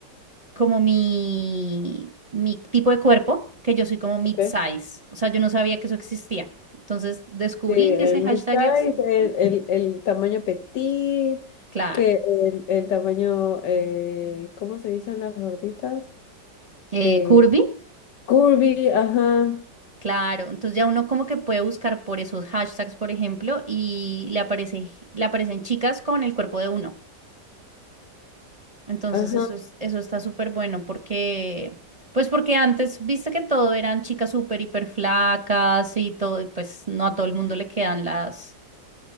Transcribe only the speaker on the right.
como mi, mi tipo de cuerpo, que yo soy como mid-size.
O sea, yo no sabía que eso existía. Entonces descubrí
que ese hashtag
existe.
Claro.
Eh,
curvy.
Claro, entonces ya uno como que puede buscar por esos hashtags, por ejemplo, y le aparece, le aparecen chicas con el cuerpo de uno. Entonces
eso es- eso está súper bueno porque, pues porque antes viste que todo eran chicas súper hiper flacas y todo, y pues no a todo el mundo le quedan las,